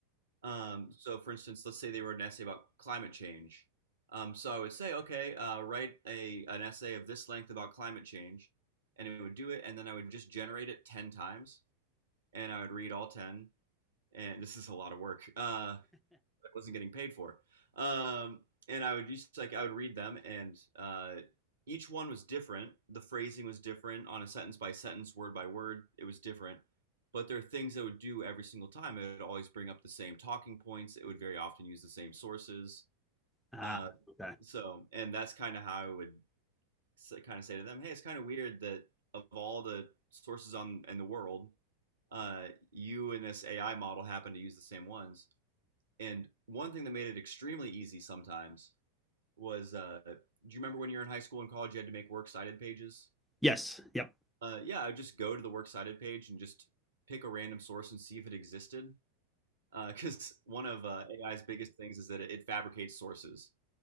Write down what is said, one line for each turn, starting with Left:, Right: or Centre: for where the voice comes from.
Right: Um, so, for instance, let's say they wrote an essay about climate change. Um, so I would say, okay, uh, write a an essay of this length about climate change, and it would do it, and then I would just generate it ten times, and I would read all ten. And <laughs> this is a lot of work. Uh, wasn't getting paid for. Um, and I would just like I would read them, and uh, each one was different. The phrasing was different on a sentence by sentence, word by word. It was different, but there are things I would do every single time. It would always bring up the same talking points. It would very often use the same sources.
Centre: Ah,
Right: Uh,
Centre: okay.
Right: so, and that's kind of how I would kind of say to them, "Hey, it's kind of weird that of all the sources on in the world, uh, you and this AI model happen to use the same ones." And one thing that made it extremely easy sometimes was uh, do you remember when you were in high school and college, you had to make works cited pages?
Centre: Yes. Yep.
Right: Uh, yeah, I would just go to the works cited page and just pick a random source and see if it existed. Because uh, one of uh, AI's biggest things is that it, it fabricates sources.